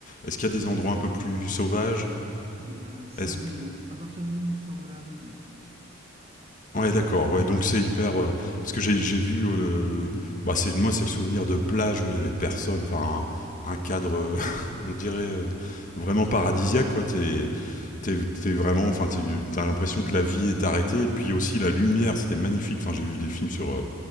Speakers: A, on the left (about 40°); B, on the right (about 30°).
A: est-ce qu'il y a des endroits un peu plus sauvages?
B: ah, bah, ça,
A: Est-ce
B: oui. euh, à partir du moment où tu sors de la Havane, oui.
A: Ouais, d'accord. Ouais, donc c'est hyper, heu, parce que j'ai j'ai vu, heu, bah, c'est moi, c'est le souvenir de plage où il y avait personne, enfin un un cadre, heu, <laughs> on dirait, heu, vraiment paradisiaque quoi. t'es t'es t'es vraiment, enfin tu tu l'impression que la vie est arrêtée et puis aussi la lumière, c'était magnifique. Enfin, j'ai vu des films sur, heu,